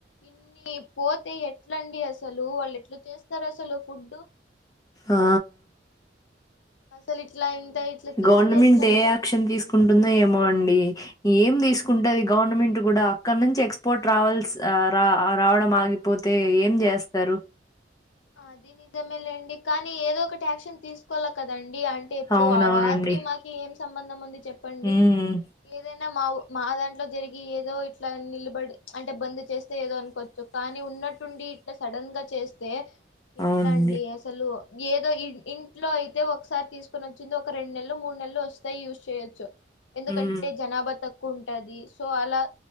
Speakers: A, on the left; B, on the left.
A: ఇన్ని పోతే ఎట్లండి అ అసలు వాళ్ళు ఎట్లు చేస్తారు అసలు ఫుడ్
B: ఆ
A: అసలు ఇట్లా ఇంత ఇట్లా చేస్తే
B: గవర్నమెంట్
A: ఎట్లా అండి
B: ఏ యాక్షన్ తీసుకుంటుందో ఏమో అండి ఏం తీసుకుంటది గవర్నమెంట్ కూడా అక్కడ నుంచి ఎక్స్పోర్ట్ రావల్స్ రా రావడం ఆగిపోతే అయితే ఏం చేస్తారు
A: అది నిజమే లేండి కానీ ఏదో ఒకటి యాక్షన్ తీసుకు కదండి అంటే ఇప్పుడు
B: అవునవునండి
A: ఆ వారికి మాకి ఏం సంబంధం ఉంది చెప్పండి
B: మ్మ్
A: ఏదైనా మా మా దాంట్లో జరిగి ఏదో ఇట్లా నిలబడి అంటే బంద్ చేస్తే ఏదో అనుకోవచ్చు కానీ ఉ ఉన్నట్టుండి ఇట్లా సడన్ గా చేస్తే ఎట్లా
B: అవునండి
A: అండి అసలు ఏదో ఇంట్లో అయితే ఒకసారి తీసుకొని వచ్చింది ఒక రెండు నెలలు మూడు నెలలు వస్తాయి యూజ్ చేయొచ్చు ఎందుకంటే
B: మ్మ్
A: జనాభా తక్ సో అలా